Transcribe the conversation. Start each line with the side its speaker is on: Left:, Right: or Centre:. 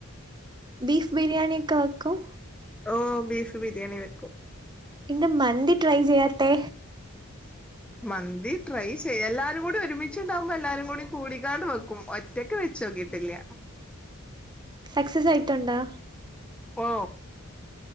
Right: ബീഫ് ബിരിയാണി ഒക്കെ വക്കും
Centre: ഓഹ് ബീഫ് ബിരിയാണി വെക്കും
Right: എന്താ മന്തി ട്രൈ ചെയ്യാത്തെ
Centre: ബസ് മന്തി ട്രൈ ചെയ്യ എല്ലാരും കൂടി ഒരുമിച്ചു ഉണ്ടാവുമ്പോ എല്ലാരും കൂടി കൂടിക്കാണ്ട് വെക്കും ഒറ്റക്ക് വെച്ച് നോക്കിയിട്ടില്ല
Right: സക്സസ് ആയിട്ടുണ്ടോ
Centre: ഓ